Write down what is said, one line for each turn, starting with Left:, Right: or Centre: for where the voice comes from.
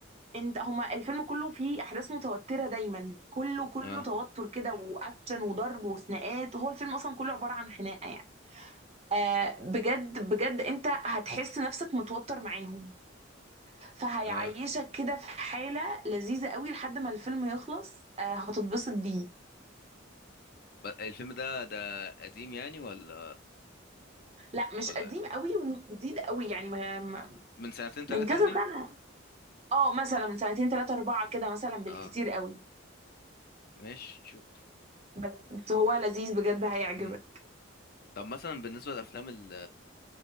Right: انت هما الفيلم كله فيه احداث متوترة دايما كله كله
Left: اه
Right: توتر كده واكشن وضرب وخناقات وهو الفيلم اصلا كله عبارة عن خناقة يعني آه بجد بجد انت هتحس نفسك متوتر معاهم فهيعيشك
Left: اه
Right: كده في حالة لذيذة قوي لحد ما الفيلم يخلص آه هتتبسط بيه
Left: الفيلم ده ده قديم يعني ولا
Right: لا مش
Left: ولا
Right: قديم قوي ومش جديد قوي يعني ما ما-
Left: من سنتين ثلاثة
Right: من كذا
Left: يعني
Right: سنة اه مثلا من سنتين ثلاثة أربعة كده مثلا بالكتير
Left: اه
Right: قوي
Left: ماشي شفته
Right: بس هو لذيذ بجد هيعجبك
Left: مم. طب مثلا بالنسبة للأفلام ال-